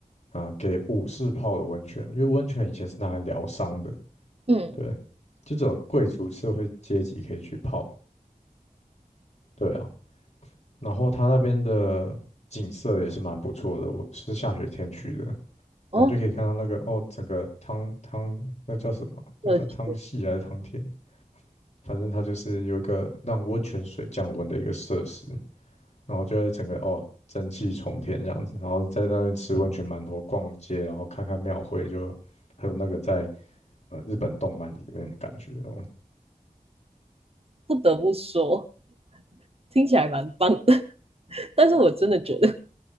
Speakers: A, on the left; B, on the right.
A: 啊、给武士泡的温泉，因为温泉以前是拿来疗伤的，
B: 嗯，
A: 对，就只有贵族社会阶级可以去泡，对啊。然后它那边的景色也是蛮不错的，我是下雪天去的。
B: 哦，
A: 然后就可以看到那个哦，整个汤汤那叫什么？那叫汤系还是汤田？
B: 有趣
A: 反正它就是有一个让温泉水降温的一个设施，然后就会整个哦蒸汽冲天这样子，然后在那边吃温泉馒头、逛街，然后看看庙会，就很有那个在呃日本动漫里面的感觉哦。
B: 不得不说，听起来蛮棒的，<laughs> 但是我真的觉得